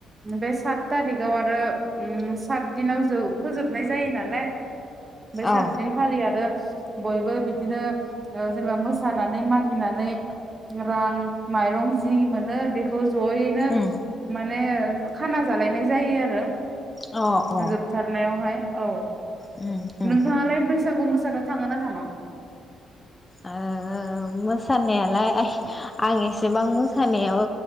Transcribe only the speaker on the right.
बे सात थारिक आव आरो उम सात दिनाव जो फोजोबनाय जायो नालाय बे
सातदिनखालि आरो बयबो बिदिनो ओ जेनेबा मोसानानै मागिनानै रां माइरं जि मोनो बेखौ ज'यैनो मा
माने ओ खाना जालायनाय जायो आरो।
जोबथारनायावहाय। औ।
नोंथाङालाय बैसागु मोसानो थाङोना थाङा?